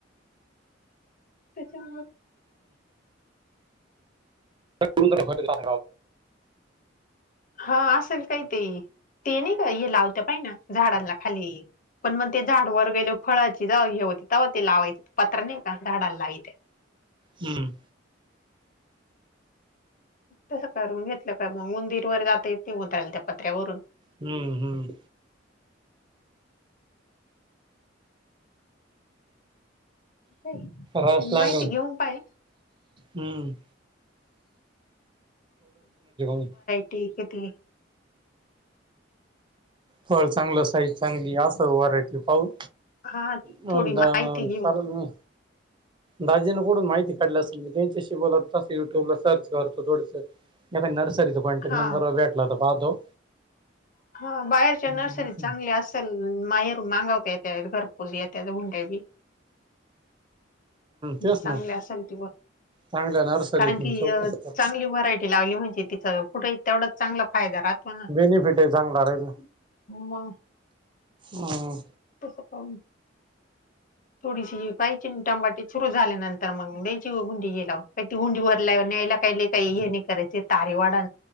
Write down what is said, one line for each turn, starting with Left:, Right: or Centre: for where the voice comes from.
Left: त्याच्या
Right: ू <inaudible> नखवला.
Left: हा असेल काही ते ते नाही का हे लावत पाहि ना झाडांना खाली पण मग ते झाडवर गेले फळाची जा हे होती तेव्हा ते लावायचे पात्र नाही का झाडाला लावायत.
Right: हम्म.
Left: तसं करून घेतलं काय मग उंदीरवर जाता येत ते उत्रला त्या पत्र्यावरून
Right: हम्म हम्म.
Left: ते
Right: रस लागल
Left: माहिती घेऊन पाय
Right: हम्म. <unintelligible>
Left: ठीक आहे तिथि.
Right: फळ चांगलं साईज चांगली असं व्हरायटी पाहून.
Left: हा
Right: म्हण
Left: थोडी
Right: दाम
Left: माहिती घेऊन
Right: सलाल मी दाजीं कोडून माती काढली असेल मी त्यांच्याशी बोलत. युट्यूब ला सर्च करतो थोडस एका का नर्सरीचा कॉन्टॅक्ट
Left: हा
Right: नंबर भेटला होता पाहतो.
Left: हा बाहेरच्या नर्सरी
Right: हम्म
Left: चांगले अस. तर माहेर मागवतत्या घरपूज य त्या गुंड्या बी.
Right: तेच
Left: चांगल्या
Right: ना
Left: असेल ती बोल.
Right: चांगल्या नर्सरीतून
Left: कारण की
Right: चौकशी कर
Left: चांगली व्हरायटी लावली म्हणजे तिथं पुुठे तेवढंच. चांगला फायदा राहतो ना
Right: बेनिफिट आहे चांगला राहील
Left: मग
Right: हम.
Left: तसं पाऊन थोडीशी ये पायची टंबाटी सुरू झाल्यानंतर तर मग मुलची <unintelligible> गुंडी घेला काही त गुंडी वरलाय न्यायला काही काही हे नाही करायचे. तारेवाडा